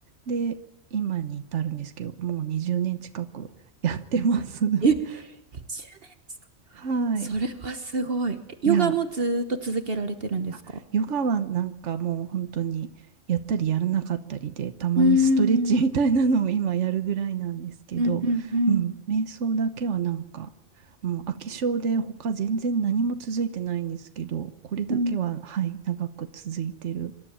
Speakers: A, on the right; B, on the right.
A: で、今に至るんですけど、もう20年近くやってます。<laughs>
B: え、20年ですか
A: はい。
B: それはすごい。えヨガもずーっと続けられてるんですか
A: いや、あヨガはなんかもう本当にやったりやらなかったりで、たまにストレッチみたいなのを今やるぐらいなんですけど、
B: うーん。うんうんうん。
A: うん、瞑想だけはなんか、もう飽き性で他全然何も続いてないんですけど、これだけは、
B: うん
A: はい、長く続いてる